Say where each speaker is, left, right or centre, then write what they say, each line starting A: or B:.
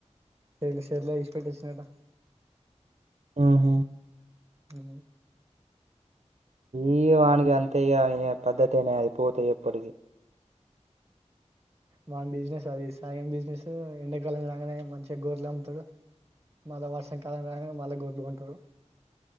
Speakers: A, on the right; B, on the right.
A: తీసి పెెట్టిచ్చినట
B: మ్ హు
A: ఆ
B: ఇ వానికి అంతేగా ఇ పద్ధతి అనే అది పోూత ఎప్పటికీ
A: బా బిజినెస్ అది సాయం బిజినెస్ ఎండాకాలం రాగానే మంచిగా గోడ్లు అమ్ముతారు, మళ్ళా వర్షాకాలం రాగానే మళ్ళా గొడ్లు కొంటారు